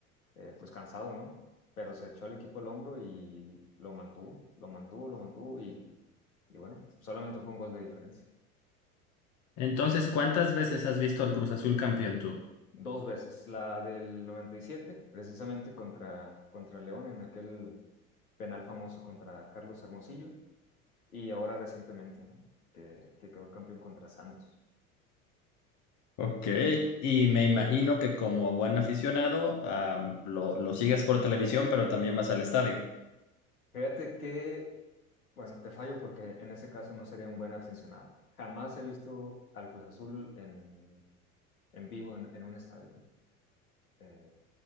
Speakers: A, on the left; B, on the left.
A: eh, pues cansado, ¿no? Pero se echó al equipo el hombro y lo mantuvo, lo mantuvo, lo mantuvo y, y bueno, solamente fue un gol de diferencia.
B: Entonces, ¿cuántas veces has visto al Cruz Azul campeón tú?
A: Dos veces, la del 97, precisamente contra, contra León en aquel penal famoso contra Carlos Hermosillo y ahora recientemente, ¿no? que, que quedó campeón contra Santos.
B: Ok, y me imagino que como buen aficionado, ah, lo, lo sigas por televisión, pero también vas al estadio.
A: Fíjate que Bueno, te fallo porque en ese caso no sería un buen aficionado. Jamás he visto al Cruz Azul en, en vivo en, en un estadio, ¿no? Eh,